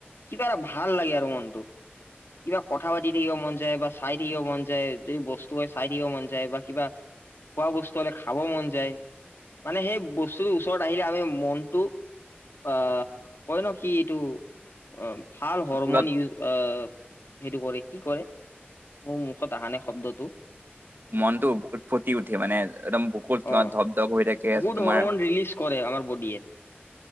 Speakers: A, on the left (about 75°); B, on the right (about 55°).
A: কিবা এটা ভাল ভাল লাগে আৰু মনটো। কিবা কথা পাতি থাকিব মন যায় বা চাই থাকিব মন যায় যদি বস্তু হয় চাই থাকিব মন যায় বা কিবা খোৱা বস্তু হ'লে খাব মন যায়। মানে সেই বস্তুটোৰ ওচৰত আহিলে আমি মনটো অ' কয় ন' কি এইটো অ' ভাল হৰমন
B: স্কুলত
A: ইউজ অ' সেইটো কৰে কি কৰে মোৰ মুখত আহা নাই শব্দটো
B: মনতটো উত ফুটি উঠে মানে একদম বকুত তোমাৰ
A: অ
B: ধপ-ধপ হৈ থাকে
A: গুড
B: তোমাৰ
A: হৰমন ৰিলিজ কৰে আমাৰ বডিয়ে।